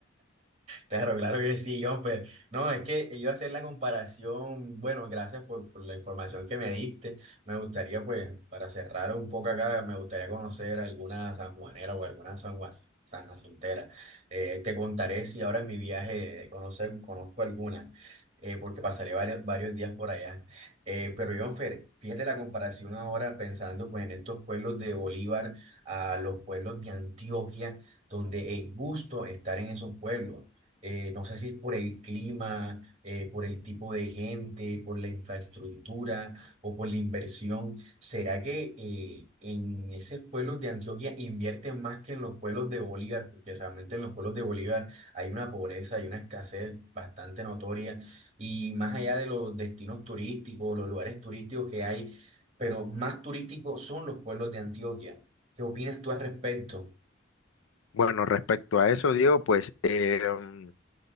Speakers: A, on the right; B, on the left.
A: Claro, claro que sí, John. Pues, no, es que yo hacer la comparación, bueno, gracias por, por la información que me diste. Me gustaría, pues, para cerrar un poco acá, me gustaría conocer alguna sanjuanera o alguna sanguas- sanjacintera. Eh, te contaré si ahora en mi viaje conocer, conozco alguna, eh, porque pasaré varios, varios días por allá. Eh, pero, John, Fer, fíjate la comparación ahora pensando, pues, en estos pueblos de Bolívar a los pueblos de Antioquia donde es gusto estar en esos pueblos. eh, no sé si es por el clima, eh, por el tipo de gente, por la infraestructura o por la inversión. ¿Será que eh, en esos pueblos de Antioquia invierten más que en los pueblos de Bolívar? Porque realmente en los pueblos de Bolívar hay una pobreza, hay una escasez bastante notoria. Y más allá de los destinos turísticos, los lugares turísticos que hay, pero más turísticos son los pueblos de Antioquia. ¿Qué opinas tú al respecto?
B: Bueno, respecto a eso, Diego, pues eh, mm,